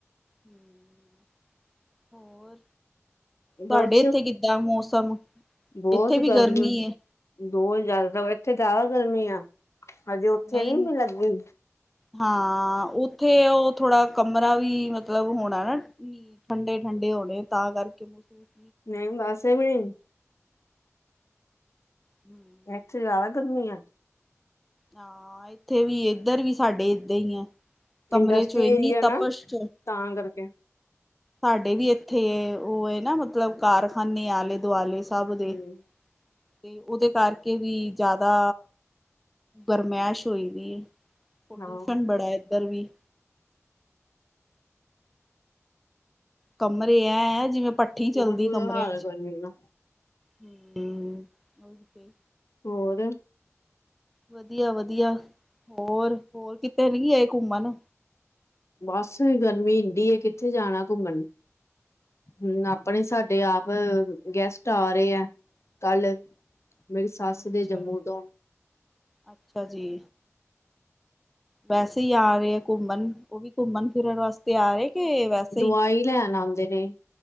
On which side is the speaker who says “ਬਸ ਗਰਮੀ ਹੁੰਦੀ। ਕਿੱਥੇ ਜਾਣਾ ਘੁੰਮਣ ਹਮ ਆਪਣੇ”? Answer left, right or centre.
Left